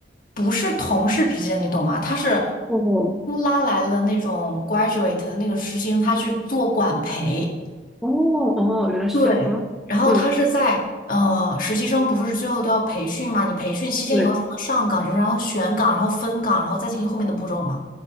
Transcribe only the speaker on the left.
不是同事之间，你懂吗？他是
拉来了那种 graduate 的那个实习生，他去做管培，
对，然后他是在呃，
实习生不是最后都要培训嘛？你培训七天以后才能上岗，
就是然后选岗，然后分岗，然后再进行后面的步骤嘛。